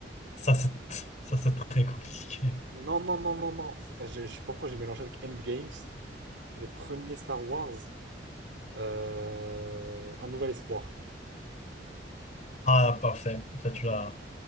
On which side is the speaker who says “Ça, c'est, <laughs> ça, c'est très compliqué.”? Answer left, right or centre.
Left